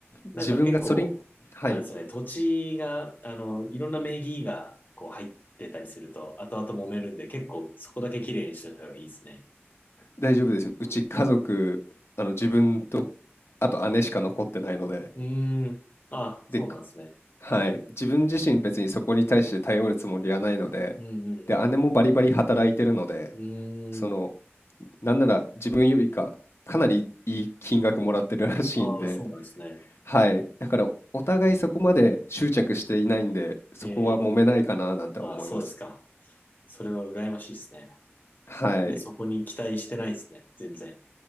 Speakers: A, on the left; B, on the left.
A: なんか結構、
B: 自分がそれに、はい、
A: あれですね、土地が、あの、いろんな名義がこう入ってたりすると、後々揉めるんで、結構そこだけ綺麗にしておいた方がいいですね。
B: 大丈夫です。うち家族、
A: うん。
B: あの、自分と、あと姉しか残ってないので、
A: うーん。あ、
B: で、
A: そうなんですね。
B: くはい、自分自身別にそこに対して頼るつもりはないので、
A: うんうん
B: で、姉もバリバリ働いてるので、
A: うん。
B: その、
A: うーん。
B: なんなら自分よりか、かなりいい金額もらってるらしいんで、
A: ああ、そうなんですね。
B: はい、だからお互いそこまで執着していないんで、そこは揉めないかななんて思います。
A: ええあ、そうですか。それは羨ましいですね。
B: はい、
A: みんなそこに期待してないですね。全然。